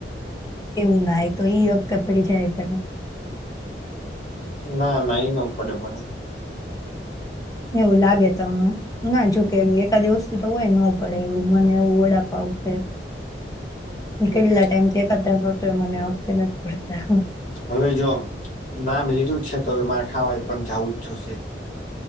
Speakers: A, on the left (about 20°); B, on the left (about 45°).
A: એવું નાય તો ગ કપડે જ ત.
B: ના નાઈ ન પડે મને.
A: એવું લાગે તમને. ના જોકે એવું એકાદિવસ થી તો હોય ન પડે એવું મને એવું વડાપાવું છે.
B: હમ્મ.
A: કેટલા ટાઈમથી ખાતતો મને આપ નથી પડતા.
B: હવે જો નામ લીધું છે તો હવે મારે ખાવા પણ જવું જ જોશે.